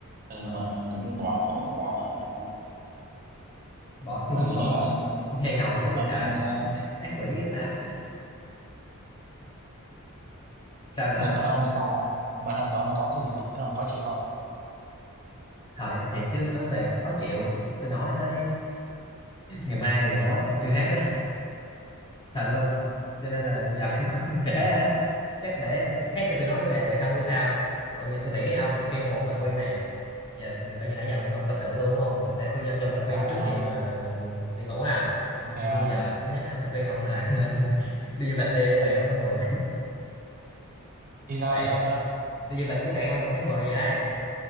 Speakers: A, on the right; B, on the left.
A: ừ,
B: ờ,
A: mà kiểu như bỏ cũng không muốn bỏ mà hả?
B: bỏ <laughs> muốn
A: mà kiểu
B: bỏ
A: như là
B: nghe ngầu dữ vậy
A: mà
B: trời
A: ừ, ờ,
B: ác quỷ với ta sao nữa
A: về còn ông thì sao bạn thân của ông có cái gì mà cái ông có chịu không
B: Thôi thiệt chứ nói về khó chịu chứ tôi nói tới ngày mai ngày mốt chưa hết thật luôn cho nên là giờ <laughs> cũng trễ rồi đó chắc để khi khác thì tôi nói về bản thân tôi sau còn giờ tôi nghĩ ông tôi khuyên ông một lời khuyên này giờ coi như nãy giờ ông, ông tâm sự tôi đúng không tôi sẽ khuyên cho ông trong lời khuyên
A: à
B: trước
A: không
B: khi mà mình đi ngủ ha
A: ok
B: kiểu
A: không
B: như giờ thứ nhất á, tôi khuyên ông là <laughs> nên đi du lịch đi để bạn ông nó buồn
A: đi sao
B: bạn
A: đi đâu cơ
B: đi du lịch với bạn ông vào tháng 10 gì đấy